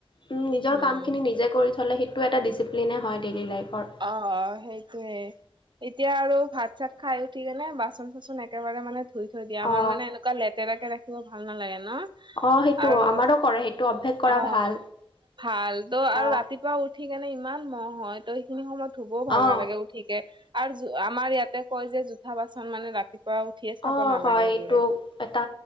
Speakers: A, on the left (about 55°); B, on the right (about 50°).
A: উম নিজৰ
B: উম।
A: কাম খিনি নিজে কৰি থ'লে সেইটো এটা ডিচিপ্লিনেই হয় ডেইলী লাইফত।
B: অ', অ', সেইটোয়ে। এতিয়া আৰু ভাত, চাত খাই উঠিকেনে বাচন, চাচন একেবাৰে মানে ধুই থৈ দিয়ে আমাৰ
A: অ
B: মানে এনেকুৱা লেটাৰাকে ৰাখিব ভাল নালাগে, ন।
A: অ সেইটো
B: আৰু
A: আমাৰো কৰে সেইটো অভ্যাস কৰা
B: অ,
A: ভাল।
B: ভাল তো আৰু
A: অ
B: ৰাতিপুৱা উঠি উঠিকনে ইমান মহ হয় তো সেইখিনি সময়ত ধুবও ভাল
A: অ
B: নালাগে উঠিকে। আৰু আমাৰ ইয়াতে কয় যে জোঠা বাচন মানে ৰাতিপুৱা উঠিয়ে চাব
A: অ
B: নালাগে
A: হয় এইটো
B: বোলে
A: এটা